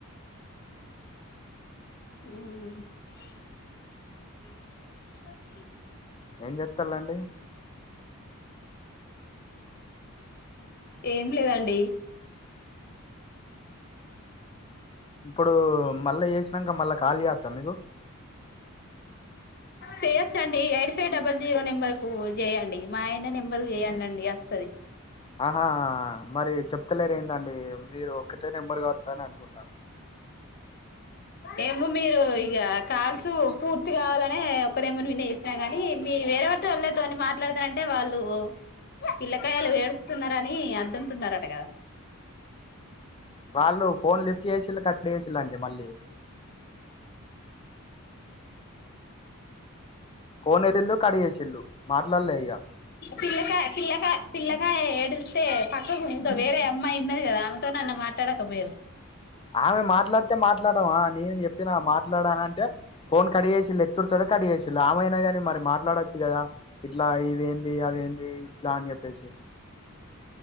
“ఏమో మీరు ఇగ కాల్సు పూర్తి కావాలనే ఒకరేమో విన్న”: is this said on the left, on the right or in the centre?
Left